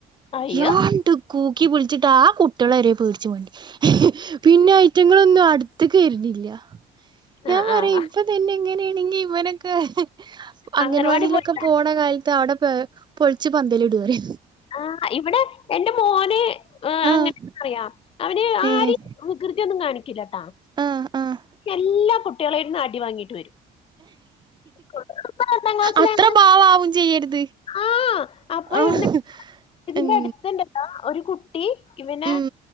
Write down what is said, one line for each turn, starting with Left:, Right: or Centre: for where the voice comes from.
Left: അയ്യോ
Right: യാണ്ട് കൂക്കി വിളിച്ചിട്ട് ആ കുട്ടികളെവരെ പേടിച്ചു പോയിണ്ട് പിന്നെ ഐറ്റങ്ങളൊന്നും അടുത്തേക്ക് വരുന്നില്ല ഞാൻ
Left: ആഹ്
Right: പറയാ
Left: ആഹ്
Right: ഇവ തന്നെ ഇങ്ങനെയാണെങ്കിൽ ഇവനൊക്കെ അംഗൻവാടിയിലൊക്കെ
Left: അംഗനവാടി പോയിട്ട്
Right: പോണ കാലത്ത് അവിടെ പ പൊളിച്ചു പന്തലിടുരെ
Left: ആഹ് ഇവിടെ എന്റെ മോനെ
Right: ആഹ്
Left: അങ്ങനെ അറിയാം അവന് ആര്
Right: ഏഹ്
Left: വികൃതിയൊന്നും കാണിക്കില്ലട്ടാ.
Right: ആഹ് ആഹ്
Left: എല്ലാ കുട്ടികളെയിന്നും അടി വാങ്ങിട്ട് വരും. ഇപ്പൊ രണ്ടാം ക്ലാസ്സിലാണ്
Right: അത്ര പാവാവും ചെയ്യരുത്.
Left: ആഹ് അപ്പൊ
Right: ആഹ്
Left: എന്ത <unintelligible> ഇതിന്റെ
Right: ഉം
Left: അടുത്ത്ണ്ടല്ലോ ഒരു കുട്ട ട്ടി ഇവനെ
Right: ഉം